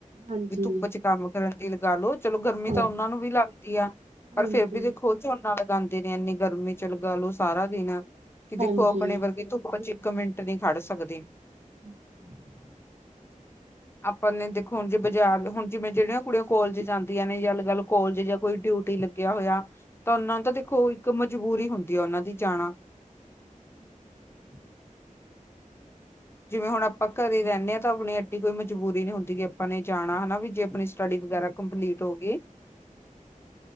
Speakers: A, on the right; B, on the left.
A: ਹਾਂਜੀ
B: ਵੀ ਧੁੱਪ 'ਚ' ਕੰਮ ਕਰਨ ਤੇ ਲਗਾ ਲੋ ਚਲੋ ਗਰਮੀ
A: ਹਾਂ
B: ਤਾਂ ਉਹਨਾਂ ਨੂੰ ਵੀ ਲੱਗਦੀ ਆ। ਪਰ
A: ਹਾਂਜੀ
B: ਫੇਰ ਵੀ ਦੇਖੋ ਝੋਨ ਝੋਨਾ ਲਗਾਂਦੇ ਨੇ ਇੰਨੀ ਗਰਮੀ 'ਚ' ਲਗਾ ਲੋੋ ਸਾਰਾ ਦਿਨ, ਕਿ ਦੇਖੋ
A: ਹਾਂਜੀ
B: ਆਪਣੇ ਵਰਗੇ ਧੁੱਪ 'ਚ'। ਇੱਕ ਮਿੰਟ ਨੀ ਖੜ ਸਕਦੇ।
A: ' <inaudible>
B: ਆਪਾਂ ਨੇ ਦੇਖੋ ਹੁਣ ਜੇ ਬਾਜ਼ਾਰ ਹੁਣ ਜਿਵੇਂ ਜਿਹੜੀਆਂ ਕੁੜੀਆਂ ਕੋਲਜ ਜਾਂਦੀਆਂ ਨੇ ਜਾਂ ਗੱਲ-ਗੱਲ ਕੋਲਜ ਜਾਂ ਕੋਈ ਡਿਊਟੀ ਲੱਗੀ ਲੱਗਿਆ ਹੋਇਆ ਤਾਂ ਉਹਨਾਂ ਨੂੰ ਤਾਂ ਦੇਖੋ ਇੱਕ ਮਜਬੂਰੀ ਹੁੰਦੀ ਆ ਉਹਨਾਂ ਦੀ ਜਾਣਾ।
A: ' <inaudible>
B: ਜਿਵੇਂ ਹੁਣ ਆਪਾਂ ਘਰੇ ਰਹਿੰਨੇ ਆ, ਤਾਂ ਆਪਣੀ ਐਡੀ ਕੋਈ ਮਜਬੂਰੀ ਨੀ ਹੁੰਦੀ ਆਪਾਂ ਨੇ ਜਾਣਾ ਹਨਾ ਵੀ ਜੇ ਆਪਣੀ ਸਟੱਡੀ ਵਗੈਰਾ ਕੰਪਲੀਟ ਹੋ ਗਈ।
A: ' <inaudible>